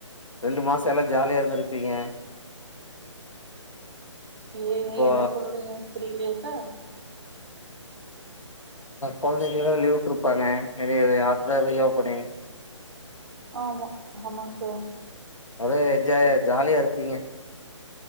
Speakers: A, on the left (about 85°); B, on the right (about 55°).
A: ரெண்டு மாச எல்லாஜாலியா இருந்திருப்பீங்க
B: ஏ
A: இப்போ
B: என்ன சொல்றீங்க புரியலெயே சார்
A: கெழந்தைக்குலா‌ லீவுட்ருப்பாங்க <unintelligible> ரீஓப்பனிங்
B: ஆமா ஆமா சார்
A: ஒரே என்ஜாய ஜாலியா இருப்பீங்க